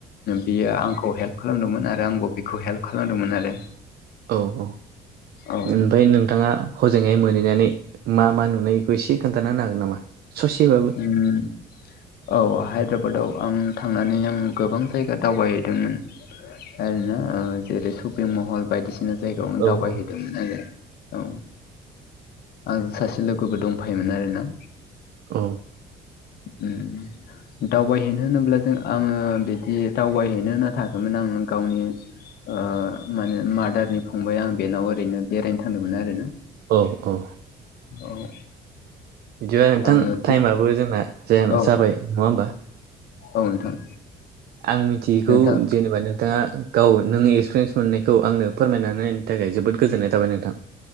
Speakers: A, on the left (about 65°); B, on the right (about 65°).
A: बियो आंखौ हेल्प खालामदोंमोन आरो आंबो बेखौ हेल्प खालामदोंमोन आरो।
B: औ-औ
A: औ
B: ओमफाय नोंथाङा हजोंहाय मोनहैनानै मा मा नुनाय बेखौ एसे खोन्थाना होनो हागोन नामा ससेबाबो।
A: उम औ हायद्राबादाव आं थांनानै आं गोबां जायगा दावबायहैदोंमोन। ओरैनो ओ जेरै शपिं महल बायदिसिना जायगायाव आं
B: औ
A: दावबायहैदों।
B: औ
A: आरो औ आं सासे लोगोबो दंफायोमोन आरोना।
B: औ।
A: उ दावबायहैनो होनोब्ला जों आङो बिदि दावबायहैनो होनना थाङाखैमोन आङो गावनि ओ माने मादारनि फंबाय आं बेनाव ओरैनो बेरायनो थांदोंमोन आरो।
B: ओ औ।
A: औ।
B: बिदिबा नोंथां
A: आङो
B: टाइमाबो जोंना जाया
A: औ
B: जाबाय नङा होमबा।
A: औ नोंथां।
B: आं मिथियैखौ
A: नोंथां
B: जेनेबा नोंथाङा गाव नों एक्सपिरियेन्स मोननायखौ आंनो फोरमायनानै <unintelligible> थाखाय जोबोद गोजोननाय थाबाय नोंथां।